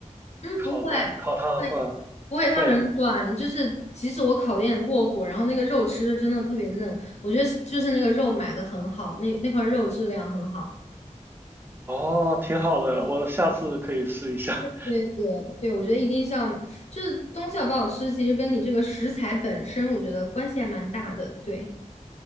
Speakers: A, on the left; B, on the right.
A: 嗯，
B: 烤它烤它的话，
A: 不会。会不会，
B: 不会。
A: 它很软，就是即使我烤的有点过火，然后那个肉吃着真的特别嫩，我觉得就是那个肉买的很好，那那块肉质量很好。
B: 哦，挺好的，我下次可以试一下。
A: 对对对，我觉得一定是要，就是东西好不好吃，其实跟你这个食材本身，我觉得关系还蛮大的。对。